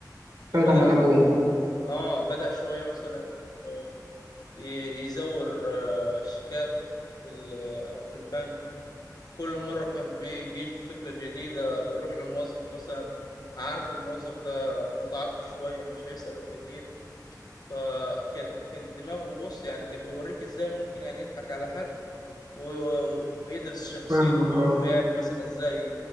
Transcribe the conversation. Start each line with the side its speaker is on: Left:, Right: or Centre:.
Left: فبدأ
Right: فعلا من
Left: ش...
Right: ابوه
Left: آه بدأ شوية مثلا آه، ي- يزور آه، شيكات في ال- في البنك كل مرة كان بي بيجي فكرة جديدة بيروح لموظف مثلا عارف الموظف ده متعاطف شوية مش هيسأله كتير فكان كان دماغه بص يعني كان بيوريك ازاي ممكن يعني يضحك على حد و- ويدرس شخصيته
Right: فاهمك
Left: ويعرف
Right: اه
Left: مثلا ازاي